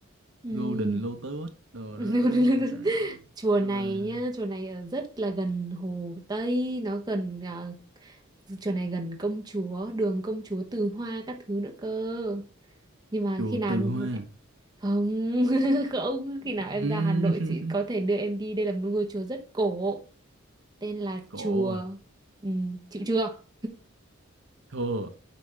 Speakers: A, on the right; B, on the right.
A: Ừm,
B: Golden Lotus đồ
A: <laughs>
B: đó cái gì ta bông
A: chùa
B: sen
A: này
B: vàng
A: nhá chùa này ở rất là gần Hồ Tây nó gần à, chùa này gần công chúa đường công chúa Từ Hoa các thứ nữa cơ nhưng mà
B: chùa
A: khi nào
B: Từ Hoa
A: không <laughs> không khi nào
B: Ừm,
A: em ra Hà Nội
B: <laughs>
A: chị có thể đưa em đi đây là một ngôi chùa rất cổ tên là
B: cổ
A: chùa
B: à
A: ừm, chịu chưa
B: thua